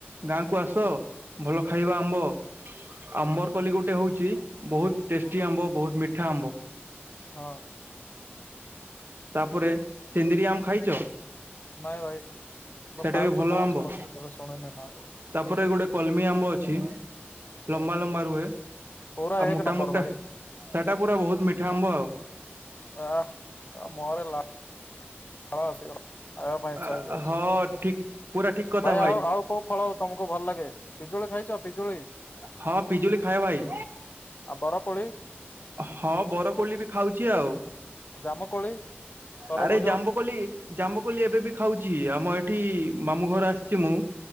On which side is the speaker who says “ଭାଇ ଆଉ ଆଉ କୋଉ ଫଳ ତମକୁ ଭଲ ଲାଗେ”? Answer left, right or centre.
Left